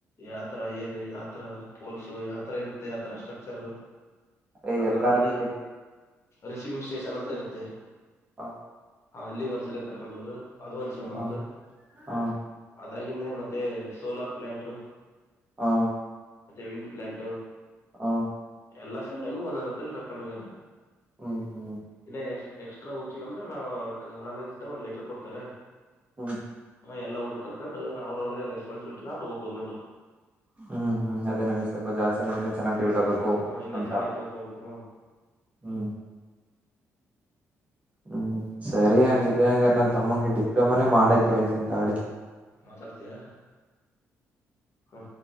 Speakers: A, on the left; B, on the right.
A: ಯಾವತರ ಏನು ಯಾವತರ ಪೋಲ್ಸ್ ಯಾವತರ ಇರುತ್ತೆ ಆತರ ಸ್ಟ್ರಕ್ಚರ್
B: ಅಯ
A: ಆತರ
B: ಎಲ್ಲಾ
A: ಒಂದು
B: ನಮ್ಗೆ
A: ರಿಸೀವಿಂಗ್ ಸ್ಟೇಷನ್ ಅಂತ ಇರುತ್ತೆ
B: ಹಾ
A: ಅಲ್ಲಿ ಒಂದ್ಸಲ ಕರ್ಕೊಂಡದ್ರು ಅದು ಒಂದು ಸೇಮ್
B: ಹ
A: ಆಯ್ತು
B: ಹ
A: ಅದಾಗಿಂದೆ ಮತ್ತೆ ಸೋಲಾರ್ ಪ್ಲಾಂಟ್ು
B: ಹಾ
A: ವಿಂಡ್ ಪ್ಲಾಟ್
B: ಹ
A: ಎಲ್ಲಾ ಸೇಮ್ನಗೂ ಒಂದೊಂದ ಹತ್ತಲ್ಲಿ ಕರ್ಕೊಂಡು ಹೋಗ್ಯಾರ
B: ಹೂ ಹೂ
A: ಇನ್ನ ಎಕ್ಸ್ಟ್ರಾ ಹೋಗ್ಕಿವವ ಅಂದ್ರ ನಾವು ಕಾಲೇಜಿಂದ ಒಂದ್ ಲೆಟರ್ ಕೊಡ್ತಾರೆ
B: ಹೂ
A: ಎಲ್ಲಾ ಹುಡುಗುರ್ ಕರ್ಕೊಂಡ್ ಅವ್ರ ಅವ್ರ ರೆಸ್ಪಾಸಿಬಲಿಿ ನೊಂಡು ಹೋಗ್ಹೋ್ ನೋಡ್
B: ಹ್ ಹ ಅದೇ ನಂಗೆ ಸ್ವಲ್ಪ ಜಾಸ್ತಿ ನ ಇ ಚೆನ್ನ ಕೇಳ್ತಬೇಕು
A: ಹ ಇನ್ನ
B: ಅಂತ
A: ಚೆನ್ನಾಗಿ ತಿಳ್ಕೋಬೇಕು
B: ಹೂ ಹೂ ಸರಿ ಹಂಗಿದ್ರ ಹಂಗ ನಾನ್ ತಮ್ಮಂಗಗೆ ಡಿಪ್ಲೊಮಾನೇ ಮಾಡಕ್ ಹೇಳ್ತನ್ ತಾಳಿ
A: ಮಾತಾಡ್ತಯಾ ಹೂ